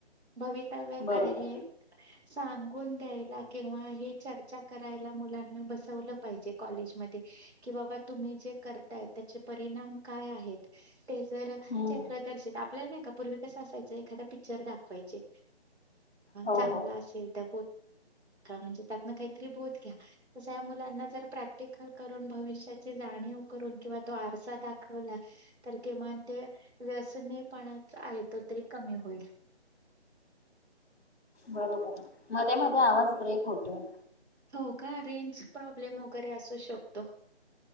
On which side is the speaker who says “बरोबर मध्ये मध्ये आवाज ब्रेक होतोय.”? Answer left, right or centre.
Left